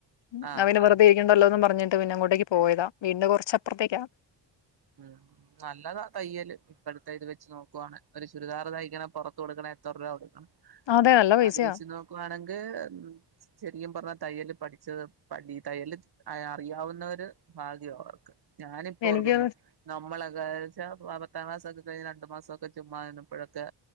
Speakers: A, on the left; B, on the right.
A: <unintelligible>
B: ആഹ് ആഹ്
A: വെറുതെയിരിക്കണ്ടല്ലോന്നും പറഞ്ഞ് പിന്നെ അങ്ങോട്ടേയ്ക്ക് പോയതാ, വീടിന്റെ കൊറച്ചപ്പർത്തേയ്ക്കാ
B: ഉം നല്ലതാ തയ്യല്. ഇപ്പോഴത്തെ ഇത് വെച്ച് നോക്കുവാണെ. ഒരു ചുരിദാർ തയ്ക്കണെ പുറത്ത് കൊടുക്കണേ എത്ര രൂപാ കൊടുക്കണം?
A: അതെ നല്ല പൈസയാ
B: അത് വെച്ച് നോക്കുവാണെങ്കിൽ ഉം ശെരിക്കും പറഞ്ഞ തയ്യല് പഠിച്ചത് പഠി തയ്യല് അറിയാവുന്നവര് ഭാഗ്യവാ അവർക്ക്. ഞാനിപ്പോ
A: എനിക്ക്
B: ഓർക്കുന്ന നമ്മള്ളൊക്കെയാണച്ചാൽ, പത്താം ക്ലാസ്സ്‌ ഒക്കെ കഴിഞ്ഞ് രണ്ടു മാസമൊക്കെ ചുമ്മാ ഇരുന്നപ്പോഴൊക്കെ